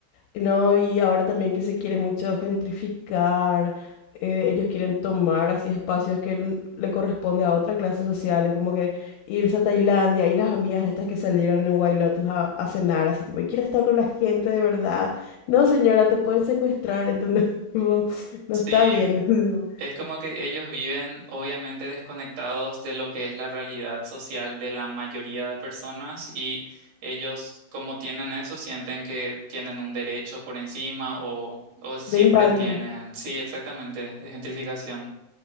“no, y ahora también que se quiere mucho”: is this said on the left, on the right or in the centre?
Left